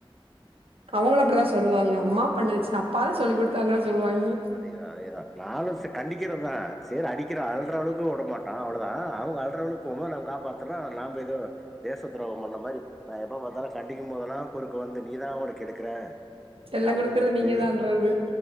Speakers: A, on the right; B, in the centre.
A: அவங்களு அப்டிதா
B: நான்
A: சொல்லுவாங்க அம்மா பண்ணுச்சி அப்பாதா சொல்லி குடுத்தாங்க சொல்வாங்க
B: அதேதா அதேதா நானும் கண்டிக்கிறது தா செரி அடிக்கிற அழற அளவுக்கு உடமாட்டா அவ்ளோதா அவுங்க அழற அளவுக் போமோது நம்ம காப்பாத்துறோ நாம்ப எதோ தேச துரோகம் பண் அந்த மாரி நா எப்ப பாத்தாலும் கண்டிக்கும் போதெல்லா குறுக்கு வந்து நீதா அவன கெடுக்கற
A: செல்ல
B: அப்டின்
A: குடுக்குறது
B: ஒரு
A: நீங்கதான்றது
B: பெரிய